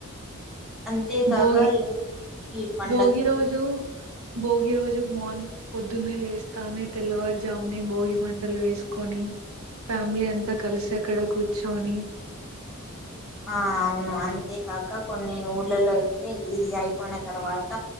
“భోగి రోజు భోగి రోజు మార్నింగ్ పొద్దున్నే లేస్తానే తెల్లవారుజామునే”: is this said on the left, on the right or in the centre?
Right